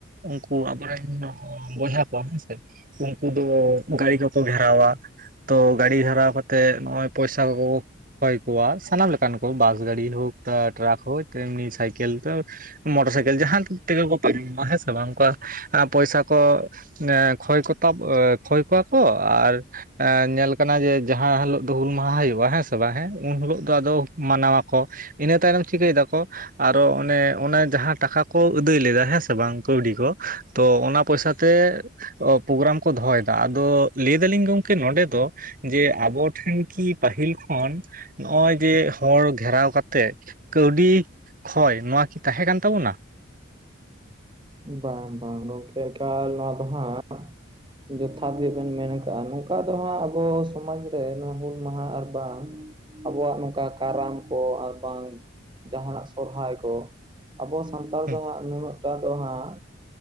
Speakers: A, on the right (about 40°); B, on the right (about 25°).
A: ᱩᱱᱠᱩ ᱟᱵᱚᱨᱮᱱ ᱵᱚᱭᱦᱟ ᱠᱚ ᱦᱮᱸ ᱥᱮ, ᱩᱱᱠᱩ ᱫᱚ ᱜᱟᱹᱲᱤ ᱠᱚᱠᱚ ᱜᱷᱮᱨᱟᱣᱟ, ᱛᱚ ᱜᱟᱹᱲᱤ ᱜᱷᱮᱨᱟᱣ ᱠᱟᱛᱮᱜ ᱱᱚᱜ-ᱚᱭ ᱯᱚᱭᱥᱟ ᱠᱚᱠᱚ ᱠᱚᱭ ᱠᱚᱣᱟ, ᱥᱟᱱᱟᱢ ᱞᱮᱠᱟᱱ ᱠᱚ ᱵᱟᱥ ᱜᱟᱹᱰᱤ ᱦᱳᱠ ᱴᱨᱟᱠ ᱦᱳᱠ ᱛᱮᱢᱱᱤ ᱥᱟᱭᱠᱮᱞ ᱛᱚ ᱢᱚᱴᱚᱨ ᱥᱟᱭᱠᱮᱞ ᱡᱟᱦᱟᱸ ᱛᱮᱜᱮ ᱠᱚ ᱯᱟᱨᱚᱢᱚᱜᱼᱟ, ᱦᱮᱸ ᱥᱮ ᱵᱟᱝ, ᱚᱱᱠᱟ ᱯᱚᱭᱥᱟ ᱠᱚ ᱠᱷᱚᱭ ᱠᱚ, ᱛᱟ ᱠᱷᱚᱭ ᱠᱚᱣᱟ ᱠᱚ ᱟᱨ ᱮᱸ ᱧᱮᱞ ᱠᱟᱱᱟ ᱡᱮ, ᱡᱟᱦᱟᱸ ᱦᱤᱞᱳᱜ ᱫᱚ ᱦᱩᱞ ᱢᱟᱦᱟ ᱦᱳᱭᱳᱜ-ᱟ ᱦᱮᱸ ᱥᱮ ᱵᱟᱝ, ᱦᱮᱸ ᱩᱱ ᱦᱤᱞᱳᱜ ᱫᱚ ᱟᱫᱚ ᱢᱟᱱᱟᱣ ᱟᱠᱚ᱾ ᱤᱱᱟᱹ ᱛᱟᱱᱚᱢ ᱪᱤᱠᱟᱹᱭ ᱫᱟᱠᱚ, ᱟᱨᱚ ᱚᱱᱮ ᱚᱱᱮ ᱡᱟᱦᱟᱸ ᱴᱟᱠᱟ ᱠᱚ ᱟᱹᱫᱟᱹᱭ ᱞᱮᱫᱟ, ᱦᱮᱸ ᱥᱮ ᱵᱟᱝ ᱠᱟᱹᱣᱰᱤ ᱠᱚ, ᱛᱚ ᱚᱱᱟ ᱯᱚᱭᱥᱟ ᱛᱮ ᱯᱨᱳᱜᱨᱟᱢ ᱠᱚ ᱫᱚᱦᱚᱭᱫᱟ, ᱟᱫᱚ ᱞᱟᱹᱭ ᱫᱟᱞᱤᱧ ᱜᱚᱝᱠᱮ ᱱᱚᱰᱮ ᱫᱚ, ᱡᱮ, ᱟᱵᱚᱴᱷᱮᱱ ᱠᱤ ᱯᱟᱹᱦᱤᱞ ᱠᱷᱚᱱ ᱱᱚᱜ-ᱚᱭ ᱡᱮ ᱦᱚᱲ ᱜᱷᱮᱨᱟᱣ ᱠᱟᱛᱮᱜ, ᱠᱟᱹᱣᱰᱤ ᱠᱷᱚᱭ ᱱᱚᱣᱟ ᱠᱤ ᱛᱟᱦᱮᱸ ᱠᱟᱱ ᱛᱟᱵᱚᱱᱟ?
B: ᱵᱟᱝ, ᱵᱟᱝ, ᱜᱚᱢᱠᱮ ᱮᱠᱟᱞ ᱱᱚᱣᱟ ᱫᱚ ᱦᱟᱸᱜ ᱡᱚᱛᱷᱟᱛ ᱜᱮᱵᱮᱱ ᱢᱮᱱ ᱠᱟᱜ-ᱟ᱾ ᱱᱚᱝᱠᱟ ᱫᱚ ᱦᱟᱸᱜ ᱟᱵᱚ ᱥᱚᱢᱟᱡᱽ ᱨᱮ ᱱᱚᱣᱟ ᱦᱩᱞ ᱢᱟᱦᱟ, ᱟᱨ ᱵᱟᱝ ᱟᱵᱚᱣᱟᱜ ᱱᱚᱝᱠᱟ ᱠᱟᱨᱟᱢ ᱠᱚ, ᱟᱨ ᱵᱟᱝ ᱡᱟᱦᱟᱸᱱᱟᱜ ᱥᱚᱨᱦᱟᱭ ᱠᱚ ᱟᱵᱚ ᱥᱟᱱᱛᱟᱲ
A: ᱦᱩᱸ
B: ᱫᱚ ᱦᱟᱸᱜ, ᱱᱩᱱᱟᱹᱜ ᱴᱟ ᱦᱟᱸᱜ,